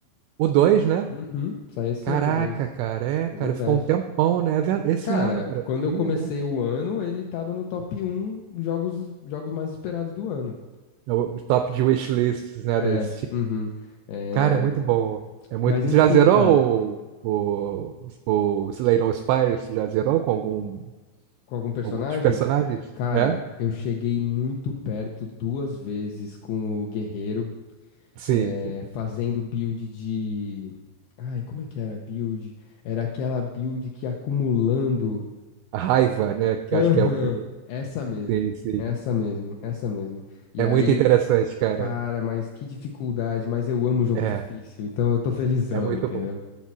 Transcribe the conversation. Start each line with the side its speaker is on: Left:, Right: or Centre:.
Right: O 2, né?
Left: Uhum, sai esse
Right: Caraca,
Left: ano, dois.
Right: cara, é,
Left: É
Right: cara,
Left: verdade.
Right: ficou um tempão, né? É ver- Esse
Left: Cara,
Right: ano, cara,
Left: quando eu
Right: nem
Left: comecei
Right: lembrar.
Left: o ano, ele tava no top um jogos, jogos mais esperados do ano.
Right: É o o top de wishlists, né,
Left: É,
Right: da Steam.
Left: uhum. É,
Right: Cara, é muito bom. É muito.
Left: mas
Right: Você
Left: enfim,
Right: já zerou
Left: cara,
Right: o, o, o Slay the Spire? Você já zerou com algum,
Left: com algum personagem?
Right: algum dos personagens?
Left: Cara,
Right: É?
Left: eu cheguei muito perto duas vezes com o Guerreiro,
Right: Sim,
Left: é,
Right: sim.
Left: fazendo build de. Ai, como é que era a build? Era aquela build que ia acumulando.
Right: A raiva, né? Que
Left: Aham,
Right: acho que é o que ele
Left: essa mesmo.
Right: Sim, sim.
Left: Essa mesmo, essa mesmo. E
Right: É
Left: aí.
Right: muito interessante, cara.
Left: Cara, mas que dificuldade, mas eu amo jogo
Right: É,
Left: difícil, então eu tô felizão,
Right: é muito
Left: entendeu?
Right: bom.